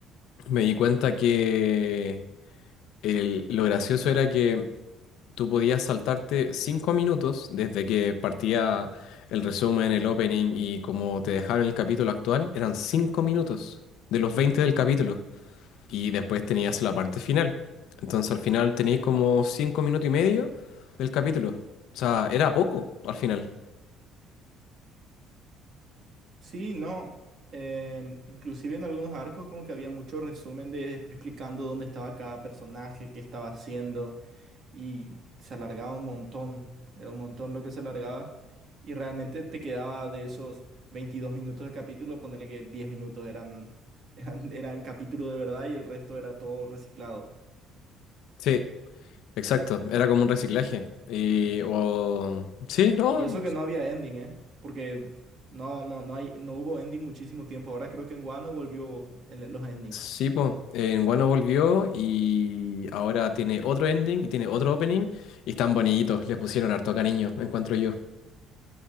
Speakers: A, on the left; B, on the right.
A: me di cuenta que el- lo gracioso era que tú podías saltarte cinco minutos desde que partía el resumen, el opening y como te dejaron el capítulo actual, eran cinco minutos de los 20 del capítulo. Y después tenías la parte final. Entonces al final tenías como cinco minutos y medio del capítulo. O sea, era poco al final.
B: Sí, no. em, inclusive en algunos arcos como que había mucho resumen de explicando dónde estaba cada personaje, qué estaba haciendo y se alargaba un montón. Era un montón lo que se alargaba y realmente te quedaba de esos 22 minutos de capítulo, ponerle que 10 minutos eran, <laughs> eran, eran capítulo de verdad y el resto era todo reciclado.
A: Sí. Exacto, era como un reciclaje. Y, o, sí, no,
B: Y eso que no había ending, ¿eh? Porque no, no, no hay, no hubo ending muchísimo tiempo. Ahora creo que en Wano volvió el- los endings.
A: sí, pues. En Guano volvió y ahora tiene otro ending y tiene otro opening y están bonitos, les pusieron harto cariño, encuentro yo.